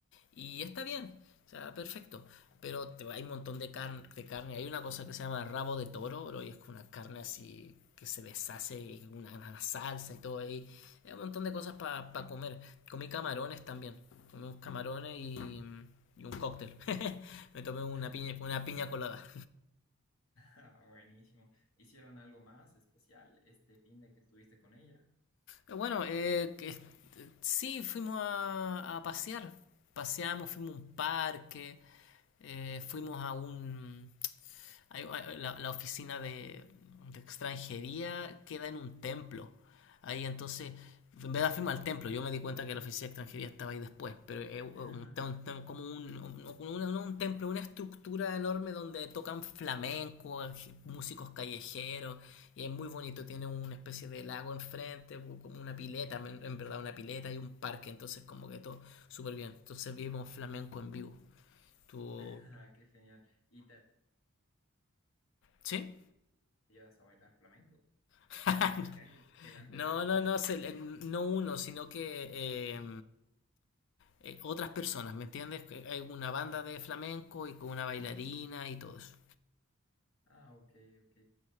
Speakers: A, on the left (about 55°); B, on the left (about 70°).
A: Y está bien, o sea, perfecto. Pero te- hay un montón de, car- de carne. Hay una cosa que se llama rabo de toro, bro, y es como una carne así que se deshace, y una, una salsa y todo ahí. Hay un montón de cosas para comer. Comí camarones también. Comí unos camarones y, y un cóctel. <laughs> Me tomé una
B: <laughs>
A: piña, una piña colada.
B: Ah, Buenísimo. ¿Hicieron algo más especial este fin de que estuviste con ella?
A: Eh, Bueno, eh, que- sí, fuimos a, a pasear. Paseamos, fuimos a un parque, eh, fuimos a un, hay- hay- la, la oficina de, de extranjería queda en un templo. Ahí entonces, en vez de afirmar el templo, yo me di cuenta que la oficina de extranjería estaba ahí después, pero es un,
B: <laughs>
A: un- un- como un, un- un- un- un templo, una estructura enorme donde tocan flamenco, músicos callejeros, y es muy bonito, tiene una especie de lago enfrente, como una pileta, en, en verdad una pileta y un parque, entonces como que todo súper bien. Entonces vimos flamenco en vivo. ¿Tú...
B: Ah, Qué genial. ¿Y te
A: ¿Sí?
B: llevas a bailar flamenco?
A: <laughs>
B: Así en la calle, delante
A: No,
B: de todos.
A: no, no, se- eh, no uno, sino que eh, eh, otras personas, ¿me entiendes? Que Hay una banda de flamenco y con una bailarina y todo eso.
B: Ah, ok, ok.